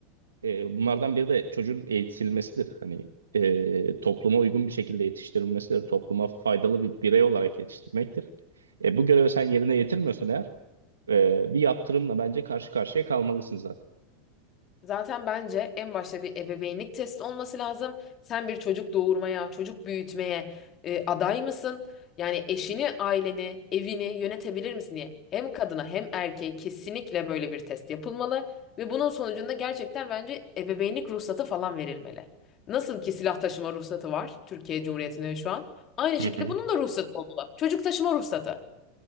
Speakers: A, on the right (about 80°); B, on the left (about 40°).
A: E, bunlardan biri de çocuğun eğitilmesidir. Hani e, topluma uygun bir şekilde yetiştirilmesidir. Topluma faydalı bir birey olarak yetiştirmektir. E, bu görevi sen yerine getirmiyorsan eğer e, bir yaptırımla bence karşı karşıya kalmalısın zaten.
B: Zaten bence en başta bir ebeveynlik testi olması lazım. Sen bir çocuk doğurmaya, çocuk büyütmeye e, aday mısın? Yani eşini, aileni, evini yönetebilir misin diye. Hem kadına hem erkeğe kesinlikle böyle bir test yapılmalı ve bunun sonucunda gerçekten bence ebeveynlik ruhsatı falan verilmeli. Nasıl ki silah taşıma ruhsatı var Türkiye Cumhuriyeti'nde şu an. Aynı şekilde
A: Hı hı.
B: bunun da ruhsatı olmalı. Çocuk taşıma ruhsatı.